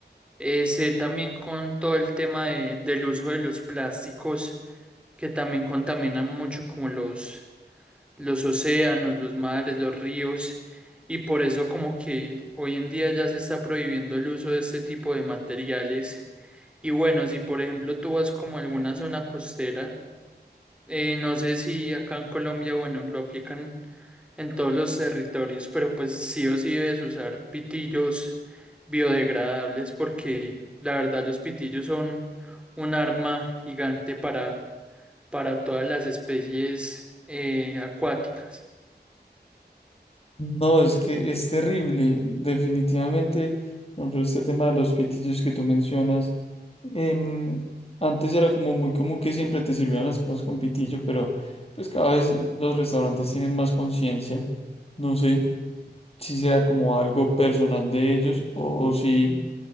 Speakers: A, in the centre; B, on the left.
A: Eh, sé también con todo el tema de- del uso de los plásticos que también contaminan mucho como los, los océanos, los mares, los ríos y por eso como que hoy en día ya se está prohibiendo el uso de este tipo de materiales. Y bueno, si por ejemplo tú vas como a alguna zona costera, eh, no sé si acá en Colombia, bueno, lo aplican en todos los territorios, pero pues sí o sí debes usar pitillos biodegradables porque la verdad los pitillos son un arma gigante para, para todas las especies eh, acuáticas.
B: No, es que es terrible, definitivamente. Por ejemplo, este tema de los pitillos que tú mencionas. em, antes era como muy común que siempre te sirvieran las cosas con pitillo, pero pues cada vez los restaurantes tienen más conciencia. No sé si sea como algo personal de ellos o si